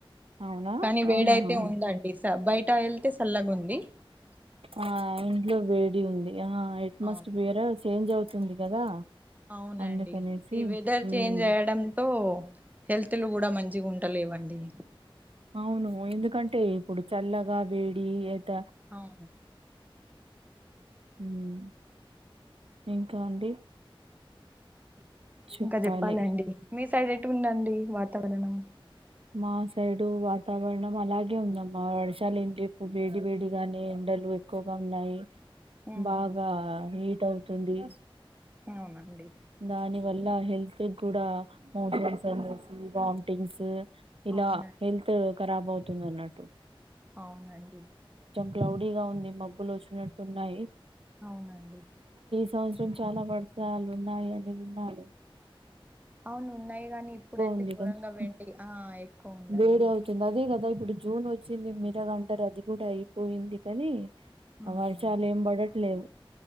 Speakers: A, on the right (about 80°); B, on the right (about 15°).
A: అవునా
B: కానీ వేడయితే
A: ఆహాహా
B: ఉందండి బయట వెళ్తే సళ్లగుంది
A: ఆ ఇంట్లో వేడి ఉంది ఆ అట్మాస్పియర్
B: అవును
A: చేంజ్ అవుతుంది కదా
B: అవునండి
A: అందుకనేసి
B: ఈ వెదర్
A: ఉమ్
B: చేంజ్ అయడంతో హెల్త్ లు కూడా మంచిగుంటలేవండి
A: అవును ఎందుకంటే ఇప్పుడు చల్లగా వేడి ఏత
B: అవును
A: మ్ ఇంకా అండి చెప్పాలి
B: ఇంకా చెప్పాలండి మీ సైడ్ ఎటు ఉందండి వాతావరణం
A: మా సైడు వాతావరణం అలాగే ఉందమ్మా వర్షాలు ఏంపు వేడి వేడిగానే ఎండ ఎక్కువగా ఉన్నాయి
B: ఉహు
A: బాగా హీట్ అవుతుంది
B: అవునండి
A: దాని వల్ల హెల్త్ కి కూడా మోషన్స్ అనేసి వామ్టింగ్స్ ఇలా
B: అవున
A: హెల్త్ కరాబ్ అవుతుంది అన్నట్టు
B: అవునండి
A: క్లౌడీ గా ఉంది మబ్బులు వచ్చినట్టు ఉన్నాయి
B: అవునా అండి
A: సంవత్సరం చాలా వర్షాలు ఉన్నాయి అని విన్నాలే
B: అవును ఉన్నాయి గానీ ఇప్పుడైతే
A: ఉంది
B: కూూరంగా
A: కదా
B: వెండి ఆ ఎక్కువ ఉందండి
A: వేడి అవుతుంది అదే కదా ఇప్పుడు జూన్ వచ్చింది మిగతాదంతా రద్దు కూడా అయిపోయింది కానీ అ
B: ఆహా
A: వర్షాలు ఏం పడట్లేవు